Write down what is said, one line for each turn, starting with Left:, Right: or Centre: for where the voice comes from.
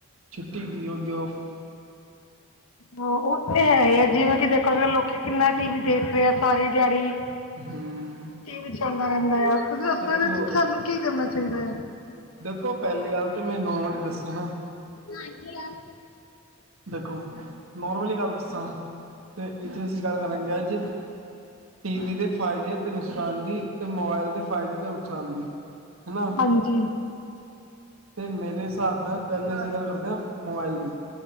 Right: ਛੁੱਟੀ ਕੀਓ <unintelligible>
Left: ਹਾਂ, ਓਹ ਤੇ ਹੈ ਈ ਐ ਜਿਵੇਂ ਕੀ ਦੇਖ ਅੱਜ-ਕੱਲ ਲੋਕੀ ਕਿੰਨਾ ਟੀਵੀ ਦੇਖ ਰਏ ਐਂ ਸਾਰੀ ਦੇਹਾੜੀ।
Right: ਹਮ
Left: ਟੀਵੀ ਚੱਲਦਾ ਰੇਂਦਾ ਆ, ਤੁਸੀਂ ਦੱਸੋ
Right: ਦੇਖੋ
Left: ਇਦੇ ਇਚ ਸਾਨੂੰ ਕੀ ਕਰਨਾ ਚਾਈਦਾ ਐ।
Right: ਦੇਖੋ ਪੈਹਲੀ ਗੱਲ ਤੇ ਮੈਨੁੰ ਓ ਵਾਲੀ ਦੱਸਣ।
Left: ਹਾਂਜੀ ਆਈ।
Right: ਦੇਖੋ, ਨੋਰਮਲੀ ਗੱਲ ਦੱਸਾਂ, ਤੇ ਇੱਥੇ ਅਸੀਂ ਗੱਲ ਕਰਾਂਗੇ ਅੱਜ ਟੀਵੀ ਦੇ ਫਾਏਦੇ ਤੇ ਨੁਕਸਾਨ ਦੀ, ਤੇ ਮੋਬਾਇਲ ਦੇ ਫਾਏਦੇ ਤੇ ਨੁਕਸਾਨ ਦੀ ਹੈਨਾ।
Left: ਹਾਂਜੀ,
Right: ਤੇ ਮੇਰੇ ਸਾਬ ਨਾਲ ਪੈਹਲੇ ਅਸੀਂ ਗੱਲ ਕਰਦੇ ਆ, ਮੋਬਾਇਲ ਦੀ।